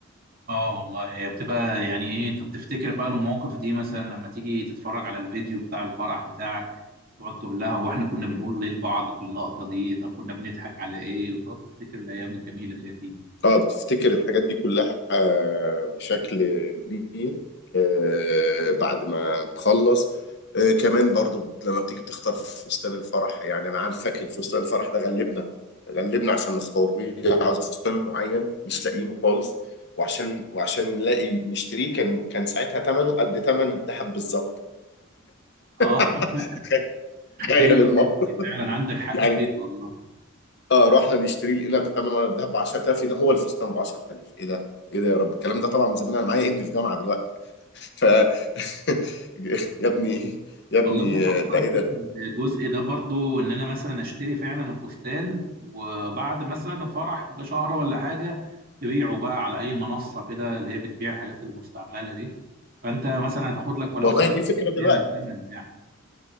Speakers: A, on the right; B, on the left.
A: آه والله هي بتبقى يعني إيه أنت بتفتكر بقى المواقف دي مثلا لما تيجي تتفرج على الفيديو بتاع الفرح بتاعك تقعد تقول لها هو إحنا كنا بنقول إيه لبعض في اللقطة دي طب كنا بنضحك على إيه وتقعد تفتكر الأيام الجميلة دي أكيد
B: اه بتفتكر الحاجات دي كلها آه، بشكل كبير آه، بعد ما تخلص آه، كمان برضو لما بتيجي تختار فستان الفرح يعني انا عارف فاكر فستان الفرح ده غلبنا غلبنا عشان نختاره هي عاوزه فستان معين مش لاقيينه خالص وعشان وعشان نلاقي نشتريه كان كان ساعتها ثمنه قد ثمن الذهب بالظبط
A: آه
B: <laughs>
A: <laughs>
B: تخيل
A: أيوه
B: الموقف
A: الحتة دي فعلا عندك حق
B: يعني
A: فيها والله
B: اه رحنا نشتري لقينا تمن ورق الذهب ب 10000 لقينا هو الفستان ب 10000 ايه ده؟ ايه ده يا رب الكلام ده طبعا من زمان انا معايا ابني في جامعه دلوقتي ف <laughs> يا ابني يا
A: والله
B: ابني
A: انا فكرت
B: ده ايه ده؟
A: في الجزء ده برضو ان انا مثلا اشتري فعلا الفستان وبعد مثلا الفرح بشهر ولا حاجه تبيعه بقى على اي منصه كده اللي هي بتبيع الحاجات المستعمله دي فانت مثلا هتاخد لك ولو
B: والله
A: 50%
B: دي فكره دلوقتي
A: من ثمنه يعني